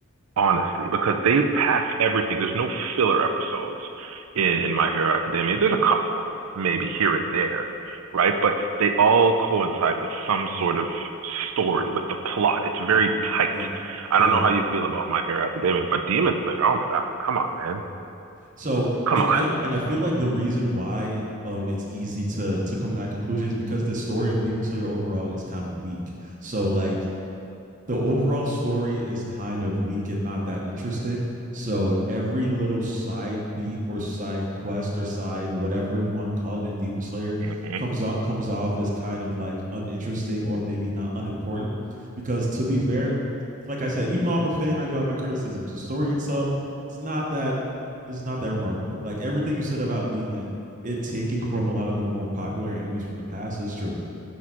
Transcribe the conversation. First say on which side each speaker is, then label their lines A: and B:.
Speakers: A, on the right; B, on the right.
A: honestly, because they packed everything. There's no filler episodes in in My Hero Academia. There's a couple maybe here and there, right? But they all coincide with some sort of story, with the plot. It's very tight.
B: Yeah.
A: I
B: Yeah,
A: don't know how you feel about My Hero Academia, but Demon Slayer, oh my God, come on, man.
B: So
A: Come
B: and
A: on.
B: I and I feel like the reason why um it's easy to to come to that conclusion is because the story of Demon Slayer overall is kind of weak. So like the overall story is kind of weak and not that interesting. So every little side beat or side quest or side whatever you want to call it in Demon Slayer
A: hmm
B: comes out comes off as kind of like uninteresting or maybe not unimportant. Because to be fair, like I said, even though I'm a fan, I do have my criticisms. The story itself it's not that it's not that remarkable. Like everything you said about being it it taking from a lot of the more popular animes from the past is true